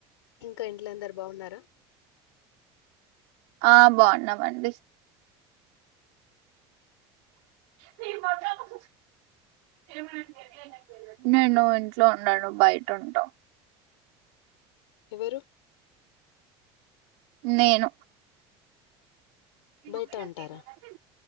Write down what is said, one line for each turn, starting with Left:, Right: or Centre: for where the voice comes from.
Left: ఇంకా ఇంట్లో అందురు బావున్నారా
Right: ఆ బాగున్నామండి నీ మొఖంము ఏమో నాకు తెలియదు తెలవదు నేను ఇంట్లో ఉన్నాను బయట ఉంటట
Left: ఎవరు
Right: నేను నువ్వే
Left: బయట
Right: నాకు
Left: ఉంటారా
Right: తెలవదు